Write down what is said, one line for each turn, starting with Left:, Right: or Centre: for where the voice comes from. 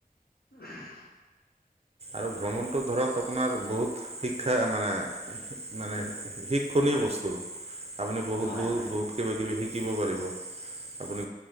Left: উম
Right: আৰু ভ্ৰমণতো ধৰক আপোনাৰ বহুত শি ক্ষা মানে মানে শিক্ষণীয় বস্তু আপুনি বহুত
Left: হয়
Right: বহুত
Left: হয়
Right: বহুত কিবা কিবি শিকিব পাৰিব আপুনি